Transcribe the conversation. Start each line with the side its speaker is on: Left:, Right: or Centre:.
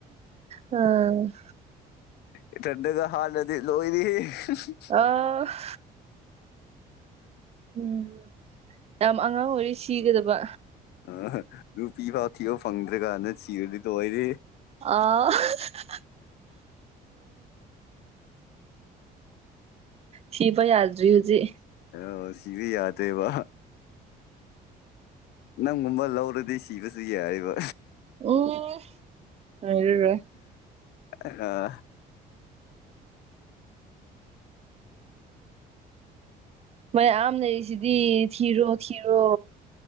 Right: ꯎꯝ
Left: ꯏꯊꯟꯗꯒ ꯍꯥꯠꯂꯗꯤ ꯂꯣꯏꯔ‌ꯦꯍ‌ꯦ꯫
Right: ꯑ <unintelligible> ꯎꯝ ꯌꯥꯝ ꯑꯉꯥꯡ ꯑꯣꯏꯔꯤ ꯁꯤꯒꯗꯕ
Left: ꯑꯥ ꯅꯨꯄꯤ ꯐꯥꯎ ꯊꯤꯕ ꯐꯪꯗ꯭ꯔꯥꯀꯥꯟꯗ ꯁꯤꯔꯗꯤ ꯂꫭꯏꯔꯦꯍ‌ꯦ꯫
Right: ꯑꯥ <unintelligible> ꯊꯤꯕ ꯌꯥꯗ꯭ꯔꯤ ꯍꯨꯖꯤꯛ꯫
Left: ꯑꯥ ꯁꯤꯕꯤ ꯌꯥꯗꯦꯕ ꯅꯪꯒꯨꯝꯕ ꯂꯧꯔꯗꯤ ꯁꯤꯕꯁꯨ ꯌꯥꯔꯤꯕ
Right: ꯑꯣ ꯍꯥꯏꯨꯔꯦ
Left: ꯍꯥ꯫
Right: ꯃꯌꯥꯝ ꯂꯩꯔꯤꯁꯤꯗꯤ ꯊꯤꯔꯣ ꯊꯤꯔꯣ꯫